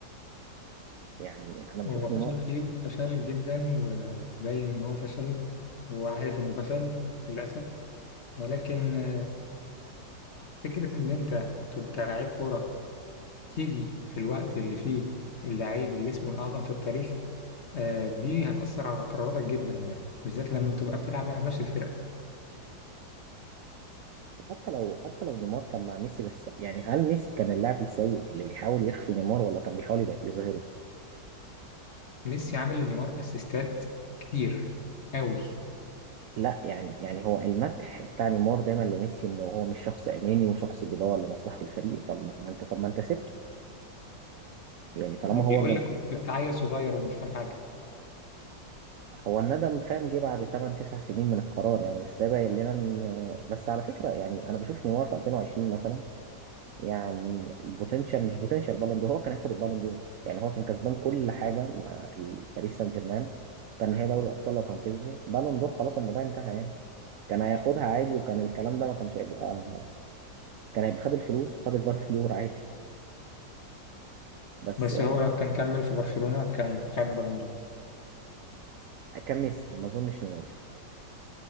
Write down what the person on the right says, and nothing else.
يعني أنا بشوف
نيمار
حتى لو حتى لو نيمار كان مع ميسي بس يعني هل ميسي كان اللاعب السيء اللي بيحاول يخفي نيمار ولا كان بيحاول يبقى يظهره؟
لا يعني يعني هو المدح بتاع نيمار دايما لميسي إن هو مش شخص أناني وشخص بيدور لمصلحة الفريق طب ما ما أنت طب ما أنت سبته يعني طالما
هو
هو الندم فاهم جه بعد 8 9 سنين من القرار يعني بس ده باين لنا ان بس على فكره يعني انا بشوف نيمار في 2020 مثلا يعني بوتنشال مش بوتنشال بالون دور هو كان هياخد البالون دور يعني هو كان كسبان كل حاجه مع ال- باريس سان جيرمان كان هي دوري الابطال لو كان كسبه بالون دور خلاص الموضوع انتهى يعني كان هياخدها عادي وكان الكلام ده ما كانش هيبقى كان هيبقى خد الفلوس وخد البالون <laughs> دور عادي بس
يعني
كان ميسي ما اظنش نيمار